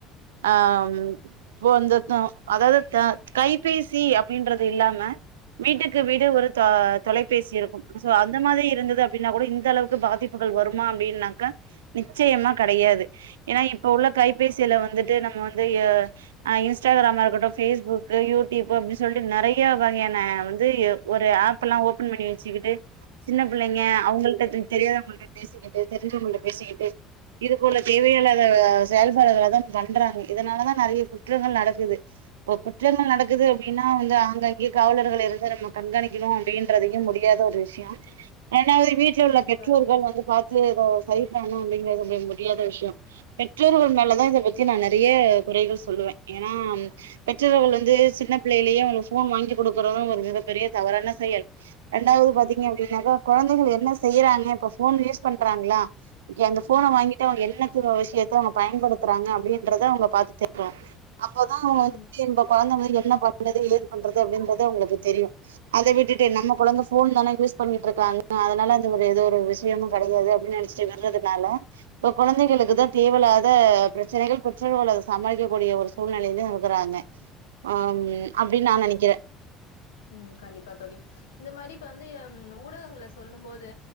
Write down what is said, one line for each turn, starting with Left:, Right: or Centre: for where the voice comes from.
Right: ஆம் இப்போ இத்த த அதாது தா கைபேசி அ பில்லாம வீட்டுக்கு வீடு ஒரு தா தொலை பேசியிருக்கும் சோ அந்த மாதிரி இருந்தது அப்டின்னா கூட இந்த அளவு க்கு பாதிப்புகள் வருமா அப்டின்னாக்க நிச்சயமா கிடையாது ஏனா இப்ப உள்ள கைபேசியில வந்துட்டு நம்ம வந்து எ ஆ இன்ஸ்டாகிராமா இருக்கட்டு பேஸ்புக்கு யூடியூப்பூ அப்டி சொல்ட்டு நெறைய வகையான வந்து எ ஒரு ஆப்பெல்லா ஓபன் பண்ணி வச்சுக்கிட்டு சின்ன பிள்ளைங்க
Left: ம்
Right: அவங்கள்ட்ட தெ தெரியாம பேசிக்கிட்டு தெரிஞ்சவங்கள்ட்ட பேசிக்கிட்டு இது போல தேவையில்லாத
Left: ஆமா
Right: <unintelligible> பண்றாங்க இதனாலதா நெறைய குற்றங்கள் நடக்குது இப்ப குற்றங்கள் நடக்குது அப்படின்னா வந்து அங்கங்கே காவலர்கள் இருந்து நம்ம கண்கணிக்கணும் அப்படின்றதையும் முடியாத ஒரு விஷயொ அ <unintelligible> வீட்ல உள்ள
Left: கண்டிப்பா
Right: பெற்றோர்கள்
Left: தோழி
Right: வந்து பார்த்து எதோ சரி பண்ணு அப்படிங்கறது ப முடியாத விஷயொ பெ ற்றோர்கள் மேல
Left: ம்
Right: தான் இத பத்தி நானு அதையே குறைகள் சொல்லுவே ஏன்னா பெற்றோர்கள் வந்து சின்ன பிள்ளையிலயே அவங்க போன் வாங்கி கொடுக்கறது ஒரு மிகப்பெரிய தவறான செயல் ரெண்டாவது பாத்தீங்க
Left: ம்
Right: அப்டின்னாக்கா கொழந்தைகள் என்ன செய்யறாங்க இப்ப ஃபோன் யூஸ் பண்றாங்களா ஒகே அந்த ஃபோன
Left: ம்
Right: வாங்கிட்டு அவங்க என்னத்துக்கு விஷயத்து அவங்க பயன்படுத்துறாங்க அப்டின்றத அவுங்க பாத்து தே யு அப்போதா அவங்க
Left: ம்
Right: வந்து இந்தப் கொழந்தைகளுக்கு என்ன பாத்த அந்த இது ஏற்பண்றது அப்டின்றது அவங்களுக்கு தெரியு அத விட்டுட்டு நம்ம கொழந்த ஃபோன் தானே யூஸ் பண்ணிட்டு இருக்காங்க அதனால அந்த ஒரு ஏதோ ஒரு விஷயமு கெடயாது அப்டின்னு நெனைச்சிட்டு விட்றதுனால இப்ப கொழந்தைகளுக்கு தா தேவயில்லா த பிரச்சனைகள் பிரச்சனைகள சமாளிக்கக் கூடிய ஒரு சூழ்நிலையில இருக்கறாங்க அம் அப்டின்னு நா நெனைக்குறே
Left: உம் கண்டிப்பா தோழி இந்த மாரி இப்ப வந்து அப் ஊடகங்கள சொல்லும் போது